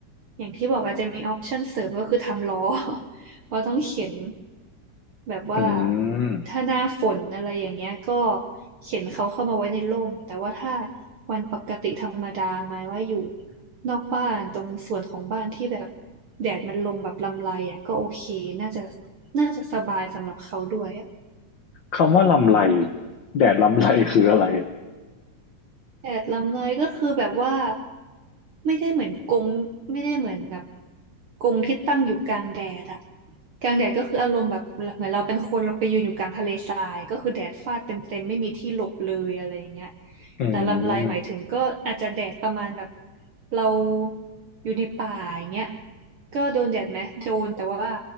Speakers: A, on the right; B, on the left.
A: อย่างที่บอกอาจจะมีออปชันเสริมก็คือทำล้อ <laughs> เพราะต้องเข็นแบบว่า
B: อืม
A: ถ้าหน้าฝนอะไรอย่างเงี้ยก็เข็นเขาเข้ามาไว้ในร่มแต่ว่าถ้าวันปกติธรรมดาหมายว่าอยู่นอกบ้านตรงส่วนของบ้านที่แบบแดดมันลงแบบลำไรอ่ะก็โอเคน่าจะน่าจะสบายสำหรับเขาด้วย
B: คำว่าลำไรแดดลำไรคืออะไร
A: แผดลำเลยก็คือแบบว่าไม่ได้เหมือนกรงไม่ได้เหมือนแบบกรงที่ตั้งอยู่กลางแดดอะกลางแดดก็คืออารมณ์แบบเหมือนเราเป็นคนเราไปยืนอยู่กลางทะเลทรายก็คือแดดฟาดเต็มๆไม่มีที่หลบเลยอะไรอย่างเงี้ย
B: อื
A: แต่ลำไรหมายถึงก็อาจจะแดดประมาณแบบ
B: ม
A: เราอยู่ในป่าอย่างเงี้ยก็โดนแดดไหมโดนแต่ว่า